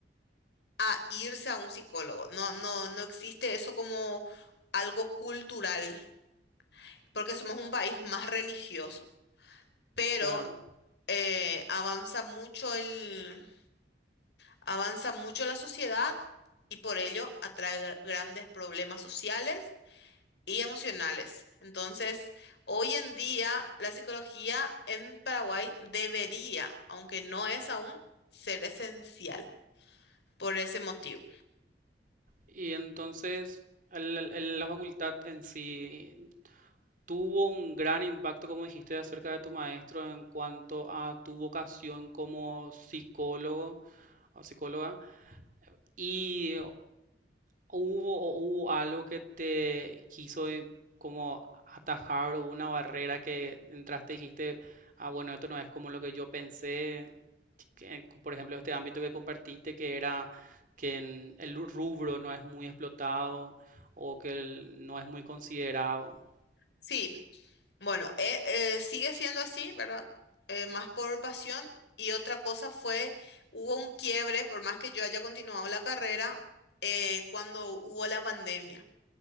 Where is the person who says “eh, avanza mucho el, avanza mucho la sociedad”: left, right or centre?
Left